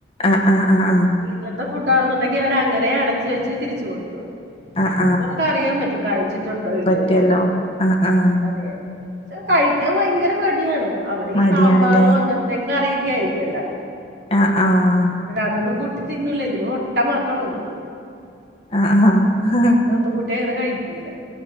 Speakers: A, on the left; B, on the right.
A: ആഹ് അഹ് അഹ് ആഹ്
B: വീട്ടിലത്തെ ഫുഡ്ണെന്നുണ്ടെങ്കിൽ അവര അങ്ങന അടച്ച് വെച്ച് തിരിച്ച കൊടുത്ത് വിടും.
A: ആഹ്
B: നമുക്ക് അറിയാൻ പറ്റും കഴിച്ചിട്ടുണ്ടോ ഇല്ലേ? എന്നുള്ളത്
A: ഇല്ലേലോ ആഹ് ആഹ്-
B: അതെ അതെ കഴിക്കാൻ ഭയങ്കര മടിയാണ് അവിടെ
A: മടിയാണല്ലേ
B: ഈ സാമ്പാറും അങ്ങനത്തെ ക്കെ കറിയൊക്ക ആയിരിക്കുല്ലോ.
A: ആഹ് ആഹ്
B: അതൊന്നും കൂട്ടി തിന്നൂല ഇതിന് മുട്ട മാത്രം മതി.
A: ആഹ് ആഹ്
B: ഒ കുട്ടി അങ്ങന കഴിക്കൂല്ല.